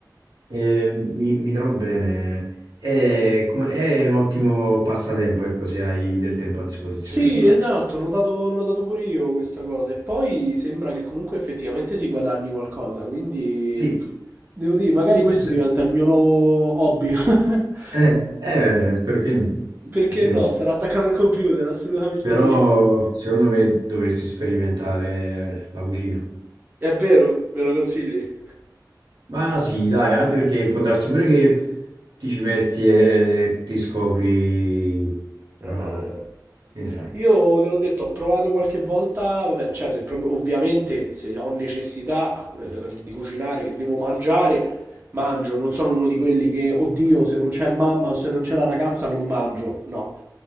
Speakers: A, on the right (about 65°); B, on the right (about 30°).
A: eh, mi, mi trovo bene. È, come- è un ottimo passatempo, ecco, se hai del tempo a disposizione,
B: Sì,
A: sicuramente.
B: esatto, ho notato, ho notato pure io questa cosa. E poi sembra che comunque effettivamente si guadagni qualcosa, quindi
A: Sì,
B: devo dire, magari questo
A: Eh sì.
B: diventa il mio nuovo hobby. <laughs>
A: eh, eh, perché,
B: Perché
A: perché
B: no?
A: no?
B: Sarà attaccato al computer, assolutamente
A: Però
B: sì.
A: secondo me dovresti sperimentare la cucina.
B: È vero, me lo consigli? <laughs>
A: Ma sì, dai, anche perché può darsi pure che ti ci metti e ti scopri bravo,
B: Ah.
A: che ne sai.
B: Io te l'ho detto, ho provato qualche volta, vabbè, cioè se proprio ovviamente se ho necessità eh, di cucinare, che devo mangiare, mangio, non sono uno di quelli che, oddio, se non c'è mamma o se non c'è la ragazza non mangio, no.